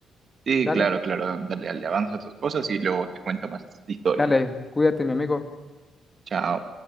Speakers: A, on the right; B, on the left.
A: Sí,
B: Dale,
A: claro, claro, dale, dale, avanza tus cosas y luego te cuento más historias.
B: dale, cuídate, mi amigo.
A: Chao.